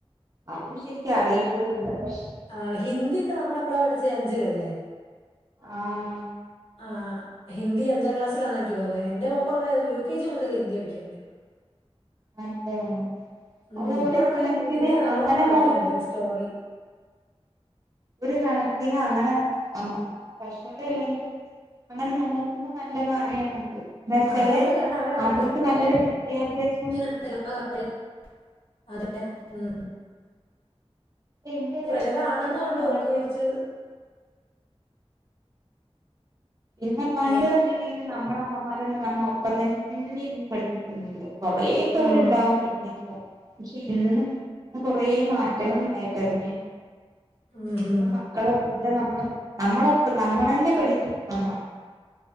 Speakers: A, on the right; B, on the left.
A: അതും ശരിക്ക് അറിയ പോലുമില്ല പക്ഷെ
B: ആഹ ഹിന്ദി ഒക്കെ നമ്മൾ എപ്പളാ പഠിച്ച അഞ്ചിലല്ലേ
A: ആഹ
B: ആഹ ഹിന്ദി അഞ്ചാം ക്ലാസിലാണ് എനിക്ക് തോന്നുന്നത് എന്റെ എന്റെ മോൾക്കൊക്കെ യു കെ ജി മുതൽ ഹിന്ദി പഠിക്കുന്നുണ്ട്
A: അതെ
B: ഉം
A: ഏ
B: ഇപ്പോഴൊക്കെ
A: ഒരു കണക്കിന്
B: ഹിന്ദി നല്ലോണം
A: അങ്ങനെ
B: വായിക്കാണ്ട്
A: നോക്കും
B: സ്റ്റോറി
A: ഒരു കണക്കിന് അങ്ങനെ കഷ്ടത ഇല്ലെങ്കിലും അങ്ങനെ നോക്കുമ്പ നല്ല കാര്യാണിത് എന്നു വെച്ചാല്
B: അതാണ് കാരണം അവരാദ്യ
A: അവർക്ക് നല്ലൊരു വിദ്യാഭ്യാസം
B: <inaudible> അതെ ഉം ഉം
A: എന്റൊരു
B: പ്രഷർ ആണെന്നേ
A: ഏട്ടന്റെ
B: ഉള്ളൂ
A: മോളൊക്കെ
B: അവർക്ക് കുറച്ച്
A: ഇന്ന പണ്ട്
B: ഏഹ്
A: പറഞ്ഞിട്ടുണ്ടെങ്കിൽ നമ്മുടെ അമ്മമാര് തന്നെ നമ്മളെ ഒപ്പം തന്നെ ഇരുന്ന് പഠിപ്പിക്കുന്നില്ലേ കുറേ പേരുണ്ടാകും
B: ഉം
A: പിന്നെല്ല പക്ഷെ ഇന്ന് ഇന്ന് കൊറേ മാറ്റങ്ങൾ ഉണ്ടായിട്ട് തന്നെ
B: ഉം
A: പിന്നെ
B: ഉം
A: മക്കളെ കൂടെ നമ്മള് നമ്മള് നമ്മൾ തന്നെ പഠിപ്പിക്കണം